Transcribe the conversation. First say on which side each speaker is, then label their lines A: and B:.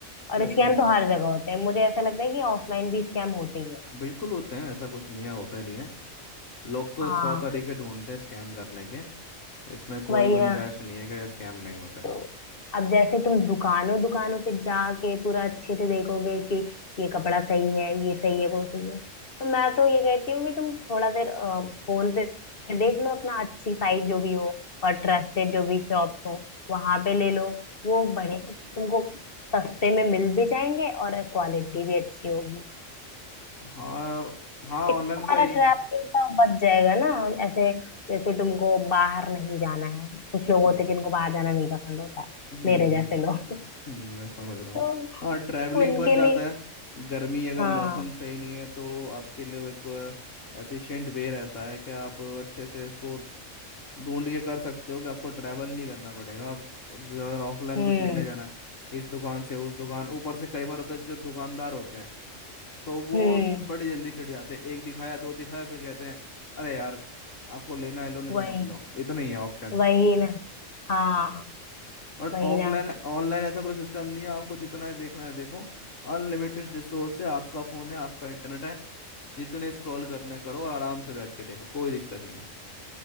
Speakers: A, on the left; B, on the left.
A: सही
B: और स्कैम
A: बात
B: तो
A: है
B: हर जगह होते हैं मुझे ऐसा लगता है कि ऑफलाइन भी स्कैम होते ही हैं
A: बिल्कुल होते हैं ऐसा कुछ नहीं है होते नहीं है लोग तो
B: हाँ
A: सौ तरीके ढूंढते हैं स्कैम करने के इसमें कोई
B: वही
A: गुंजाइश
B: ना
A: नहीं है कि स्कैम नहीं होते
B: तो अब जैसे तुम दुकानों दुकानों पे जाके पूरा अच्छे से देखोगे कि ये कपड़ा सही है ये सही है वो सही है तो मैं तो ये कहती हूँ कि तुम थोड़ा देर फोन पे देख लो अपना अच्छी साइट जो भी हो और ट्रस्टेड जो भी शॉप्स हो वहां पे ले लो वो बड़े तुमको सस्ते में मिल भी जाएंगे और क्वालिटी भी अच्छी होगी
A: हाँ हाँ
B: इससे
A: ऑनलाइन
B: तुम्हारा
A: का ये
B: ट्रैवलिंग का बच जाएगा ना ऐसे जैसे तुमको बाहर नहीं जाना है कुछ लोग होते
A: हम्म
B: हैं जिनको बाहर जाना नहीं पसंद होता है
A: हम्म
B: मेरे जैसे
A: ये,
B: लोग
A: ये- हम्म, मैं समझ रहा हूँ
B: तो
A: हाँ ट्रैवलिंग
B: उनके
A: बच जाता
B: लिए
A: है गर्मी अगर
B: हाँ
A: मौसम सही नहीं है तो आपके लिए वो एक एफिशिएंट वे रहता है कि आप अच्छे से इसको ढूंढ के कर सकते हो कि आपको ट्रैवल नहीं करना पड़ेगा आप आप अगर ऑफलाइन
B: हम्म
A: कुछ लेने जाना है इस दुकान से उस दुकान ऊपर से कई बार होता है जो दुकानदार होते हैं तो वो
B: हम्म
A: बड़े जल्दी छिड़ जाते हैं एक दिखाया दो दिखाया फिर कहते हैं अरे यार आपको लेना है लो नहीं
B: वही
A: तो मत लो इतना ही है ऑप्शन
B: वही ना हाँ
A: बट
B: वही
A: ऑफलाइन
B: ना
A: ऑनलाइन ऐसा कोई सिस्टम नहीं है आपको जितना ही देखना है देखो अनलिमिटेड रिसोर्स है आपका फोन है आपका इंटरनेट है जितने स्क्रॉल करने करो और आराम से बैठ के देखो कोई दिक्कत नहीं है